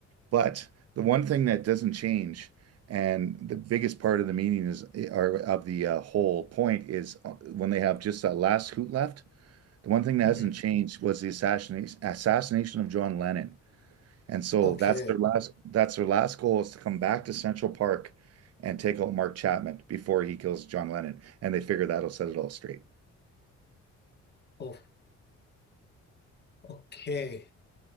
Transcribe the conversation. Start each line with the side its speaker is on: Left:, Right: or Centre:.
Right: But the one thing that doesn't change, and the biggest part of the meaning is, or of the uh, whole point is uh, when they have just that last hoot left, the one thing that
Left: hmm
Right: hasn't changed was the assassination, assassination of John Lennon. And so
Left: Okay.
Right: that's their last that's their last goal is to come back to Central Park and take out Mark Chapman before he kills John Lennon. And they figure that'll set it all straight.
Left: Oh, okay.